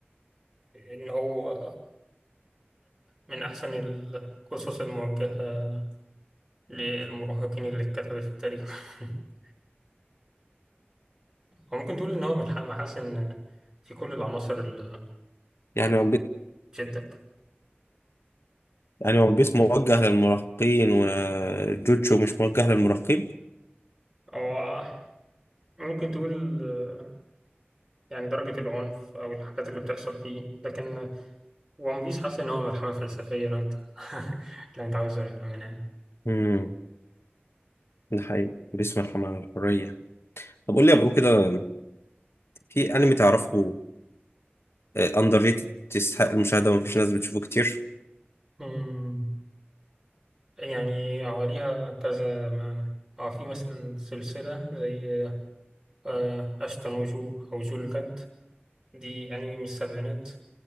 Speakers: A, on the right (about 15°); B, on the left (about 80°).
A: إن هو من أحسن القصص الموجهة للمراهقين اللي اتكتبت في التاريخ <laughs> هو ممكن تقول ان هو ملح- محاس ان في كل العناصر اللي
B: يعني
A: تشدك
B: يعني ون بيس موجه للمراهقين وجوجو مش موجه للمراهقين
A: او ممكن تقول آه، يعني درجة العنف او الحاجات اللي بتحصل فيه لكن ون بيس حاسس ان هو ملحمة فلسفية لو انت <laughs> لو انت عاوز منها يعني
B: امم ده حقيقة بيس مرحمة عن الحرية طب قول لي يا برو كده في انمي تعرفه اندر ريتد يستحق المشاهدة ومفيش ناس بتشوفه كتير
A: أمم، يعني هو ليها كذا معنى اه في مثلا سلسلة زي آه، أشتون وجو أو جو الجد دي أنمي من السبعينات